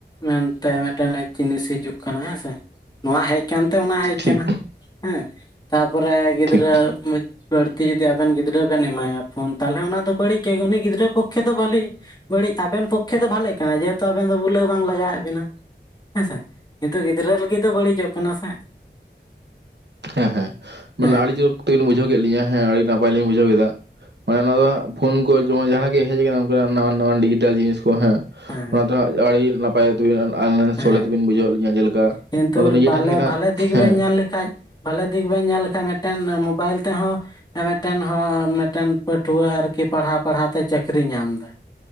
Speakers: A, on the left; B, on the right.
A: ᱢᱮᱱᱛᱮ ᱢᱤᱫᱴᱮᱱ ᱡᱤᱱᱤᱥ ᱦᱤᱡᱩᱜ ᱠᱟᱱᱟ ᱦᱮᱸᱥᱮ, ᱱᱚᱣᱟ ᱦᱮᱡ ᱠᱟᱱᱛᱮ ᱚᱱᱟ ᱦᱮᱡ ᱟᱠᱟᱱᱟ
B: ᱴᱷᱤᱠ
A: ᱦᱮᱸ ᱛᱟᱯᱚᱨᱮ ᱜᱤᱫᱽᱨᱟᱹ
B: ᱴᱷᱤᱠ
A: ᱵᱟᱹᱲᱛᱤ ᱡᱩᱫᱤ ᱟᱵᱮᱱ ᱜᱤᱫᱽᱨᱟᱹ ᱵᱮᱱ ᱮᱢᱟᱭᱟ ᱯᱷᱳᱱ ᱛᱟᱦᱚᱞᱮ ᱚᱱᱟ ᱫᱚ ᱵᱟᱹᱲᱤᱡ ᱜᱮ ᱩᱱᱤ ᱜᱤᱫᱽᱨᱟᱹ ᱯᱚᱠᱠᱷᱮ ᱫᱚ ᱵᱟᱹᱞᱤ ᱵᱟᱹᱲᱤᱡ ᱟᱵᱮᱱ ᱯᱚᱠᱷᱮ ᱫᱚ ᱵᱷᱟᱞᱮ ᱠᱟᱱᱟ ᱡᱮᱦᱮᱛᱩ ᱟᱵᱮᱱ ᱫᱚ ᱵᱩᱞᱟᱹᱣ ᱵᱟᱝ ᱞᱟᱜᱟᱣᱮᱫ ᱵᱮᱱᱟ, ᱦᱮᱸᱥᱮ ᱠᱤᱱᱛᱩ ᱜᱤᱫᱽᱨᱟᱹ ᱞᱟᱹᱜᱤᱫ ᱫᱚ ᱵᱟᱹᱲᱤᱡᱚᱜ ᱠᱟᱱᱟ ᱥᱮ᱾
B: ᱦᱮᱸ ᱦᱮᱸ ᱢᱟᱱᱮ
A: ᱦᱮᱸ
B: ᱟᱲᱤ ᱡᱳᱨ ᱛᱚᱵᱤᱱ ᱵᱩᱡᱷᱟᱹᱣ ᱠᱮᱫ ᱞᱤᱧᱟᱹ ᱦᱮᱸ ᱟᱹᱰᱤ ᱱᱟᱯᱟᱭᱤᱧ ᱵᱩᱡᱷᱟᱹᱣ ᱠᱮᱫᱟ, ᱢᱟᱱᱮ ᱱᱚᱣᱟ ᱫᱚ ᱦᱟᱸᱜ ᱯᱷᱚᱱ ᱠᱚ ᱡᱮᱢᱚᱱ ᱡᱟᱦᱟᱸᱱᱟᱜ ᱜᱮ ᱦᱮᱡ ᱠᱟᱱᱟ ᱚᱱᱠᱟᱱᱟᱜ ᱱᱟᱣᱟᱱ ᱱᱟᱱᱣᱟᱱ ᱰᱤᱡᱤᱴᱟᱞ ᱡᱤᱱᱤᱥ ᱠᱚ ᱦᱮᱸ
A: ᱦᱮᱸ
B: ᱚᱱᱟ ᱫᱚ ᱟᱹᱰᱤ ᱱᱟ ᱱᱟᱯᱟᱭ ᱛᱮᱵᱤᱱ ᱟᱞᱟᱭᱤᱱ
A: ᱦᱮᱸ
B: ᱥᱚᱞᱦᱮ ᱛᱮᱵᱤᱱ ᱵᱩᱡᱷᱟᱹᱣᱮᱫ ᱞᱤᱧᱟᱹ ᱡᱮᱞᱮᱠᱟ
A: ᱠᱤᱱᱛᱩ
B: ᱟᱫᱚ ᱱᱤᱡᱮ
A: ᱵᱟᱞᱮ
B: ᱴᱷᱮᱱ ᱜᱮ ᱱᱟᱦᱟᱸᱜ
A: ᱵᱷᱟᱞᱮ ᱫᱤᱠ
B: ᱦᱮᱸ
A: ᱵᱮᱱ ᱧᱮᱞ ᱞᱮᱠᱷᱟᱡ ᱵᱷᱟᱞᱮ ᱫᱤᱠ ᱵᱟᱹᱧ ᱧᱮᱞ ᱞᱮᱠᱷᱟᱱ ᱢᱤᱫᱴᱮᱱ ᱢᱳᱵᱟᱭᱤᱞ ᱛᱮᱦᱚᱸ ᱢᱤᱫᱴᱮᱱ ᱦᱚᱲ ᱢᱤᱫᱴᱮᱱ ᱯᱟᱹᱴᱷᱩᱣᱟᱹ ᱟᱨᱠᱤ ᱯᱟᱲᱦᱟᱣ ᱯᱟᱲᱦᱟᱣ ᱛᱮ ᱪᱟᱹᱠᱨᱤᱤᱭ ᱧᱟᱢᱫᱟᱭ᱾